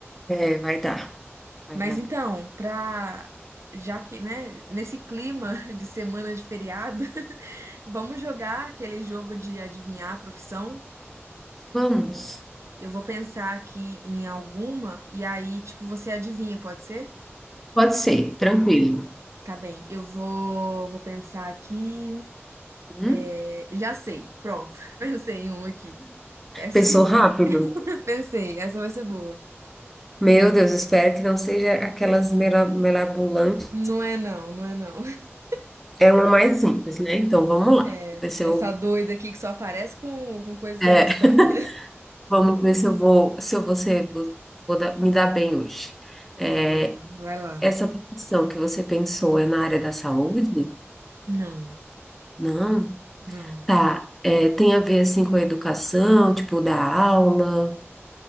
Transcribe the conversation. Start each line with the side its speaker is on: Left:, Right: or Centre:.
Centre: É, vai dar. Vai
Right: Mas
Centre: dar.
Right: então, pra. Já que, né, nesse clima <laughs> de semana de feriado, <laughs> vamos jogar aquele jogo de adivinhar a profissão.
Centre: Vamos.
Right: Eu vou pensar aqui em alguma e aí, tipo, você adivinha, pode ser?
Centre: Pode ser, tranquilo.
Right: Tá bem, eu vou, vou pensar aqui.
Centre: Hum?
Right: É, já sei, pronto. <laughs> Pensei em uma aqui. Essa,
Centre: Pensou rápido?
Right: <laughs> pensei, essa vai ser boa.
Centre: Meu Deus, espero que não seja aquelas mela- melabulantes.
Right: Não é não, não é não. <laughs>
Centre: É uma mais simples, né? Então vamos lá.
Right: É,
Centre: Vamos ver se
Right: essa
Centre: eu,
Right: doida aqui que só aparece com, com coisa sem
Centre: é,
Right: noção,
Centre: <laughs>
Right: né?
Centre: vamos ver se eu vou, se eu vou, ser, vou, vou dar- me dar bem hoje.
Right: <laughs>
Centre: É,
Right: Tá bem, vai lá.
Centre: essa profissão que você pensou é na área da saúde?
Right: Não,
Centre: Não.
Right: não.
Centre: Tá. É, tem a ver assim com a educação, tipo da aula?